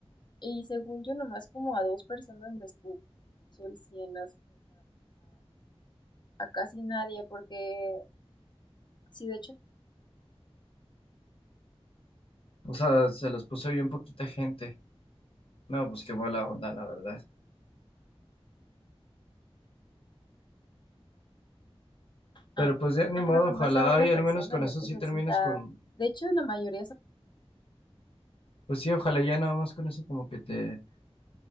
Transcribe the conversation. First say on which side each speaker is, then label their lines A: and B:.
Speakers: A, on the left (about 45°); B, on the left (about 60°).
A: Y según yo, nomás como a dos personas les puso el 100, o a casi nadie, porque sí, de hecho
B: O sea, se los puso bien poquita gente. No, pues qué mala onda, la verdad. Pero
A: Ah,
B: pues ya ni
A: ah,
B: modo,
A: no, nomás
B: ojalá
A: a una
B: y al
A: persona
B: menos con
A: le
B: eso
A: puso
B: sí termines
A: el cinta.
B: con,
A: De hecho, la mayoría son...
B: pues sí, ojalá ya nada más con eso como que te,